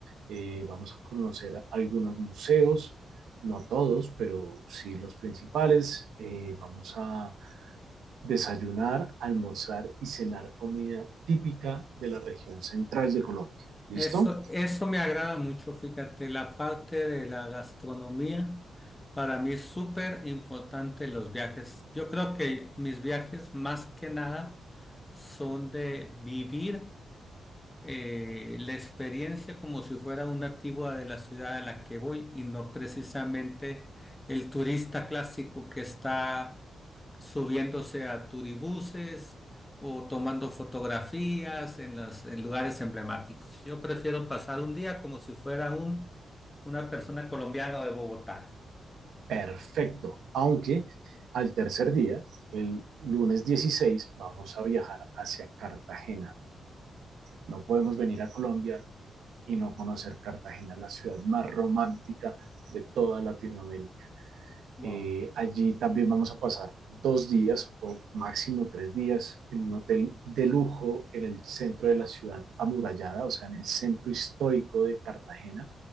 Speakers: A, on the right; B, on the left.
A: eh, vamos a conocer algunos museos, no todos, pero sí los principales, eh, vamos a desayunar, almorzar y cenar comida típica de la región central de Colombia. ¿Listo?
B: Eso, eso me agrada mucho, fíjate, la parte de la gastronomía. Para mí es súper importante los viajes. Yo creo que mis viajes más que nada son de vivir eh, la experiencia como si fuera un nativo de la ciudad a la que voy y no precisamente el turista clásico que está subiéndose a turibuses o tomando fotografías en los, en lugares emblemáticos. Yo prefiero pasar un día como si fuera un, una persona colombiana de Bogotá.
A: Perfecto. Aunque al tercer día, el lunes 16, vamos a viajar hacia Cartagena. No podemos venir a Colombia y no conocer Cartagena, la ciudad más romántica de toda Latinoamérica.
B: Wow.
A: Eh, allí también vamos a pasar dos días o máximo tres días en un hotel de lujo en el centro de la ciudad amurallada, o sea, en el centro histórico de Cartagena.